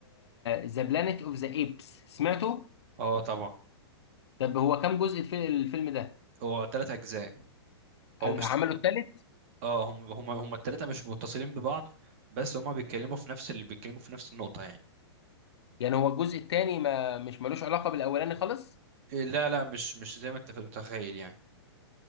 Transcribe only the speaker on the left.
ذا بلانيت اوف ذا ايبس سمعته
طب هو كام جزء في الفيلم ده
عمله
التالت
يعني هو الجزء التاني ما مش ملوش علاقة بالاولاني خالص